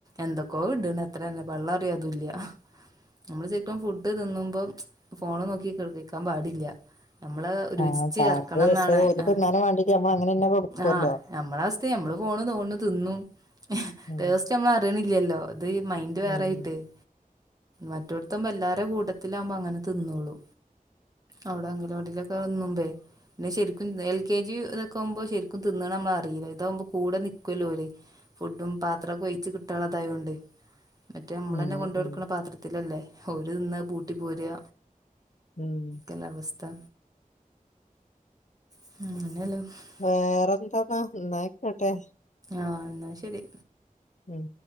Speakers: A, on the right (about 25°); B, on the left (about 55°).
A: എന്തൊക്കോ ഇടണ് അത്ര തന്നെ പള്ള നറയോ അതുല്ല നമ്മള് ശെരിക്കും ഫുഡ് തിന്നുമ്പം ഫോണ് നോക്കി കഴിക്കാൻ പാടില്ല നമ്മള് രുചിച്ച്
B: ആ
A: ഇറക്കണം
B: <unintelligible>
A: എന്നാണ് ആ
B: തിന്നാനും വേണ്ടങ്കി നമ്മള് അങ്ങനെ തന്നെ കൊടുക്കുവല്ലോ
A: ആഹ് നമ്മള അവസ്ഥയും നമ്മള് പോണ് തോന്ന്‌ണ് തിന്നും
B: ഉം
A: ടേസ്റ്റ് നമ്മള് അറിയണില്ലല്ലോ അത് മൈന്റ് വേറായിട്ട്
B: ഉം
A: എയ് മറ്റൊടത്തും എല്ലാരെ കൂട്ടത്തിലാവുമ്പോ അങ്ങന തിന്നോളൂ അവിടെ അംഗലവാടിലൊക്കെ വന്നുമ്പേ പിന്നെ ശരിക്കും എൽ കെ ജി ഇതൊക്കെ ആവുമ്പോ ശരിക്കും തിന്നണ് നമ്മള അറിയില്ല ഇതാകുമ്പോ കൂടെ നിക്കല്ലോ ഓല് ഫുഡും പാത്രൊക്കെ ഒഴിച്ച് കിട്ടാനുള്ളതായൊണ്ട് മറ്റേ ഇമ്മ്ളെന്നെ
B: ഉം
A: കൊണ്ടൊട്ക്ക്ണ
B: ഉം
A: പാത്രത്തിലല്ലേ ഓര് തിന്ന പൂട്ടി പോര
B: ഉം
A: ല്ലവസ്ഥ <unintelligible>
B: വേറന്താന്നാ ന്നായിക്കോട്ടെ
A: ആഹ് ന്നാ ശരി
B: ഉം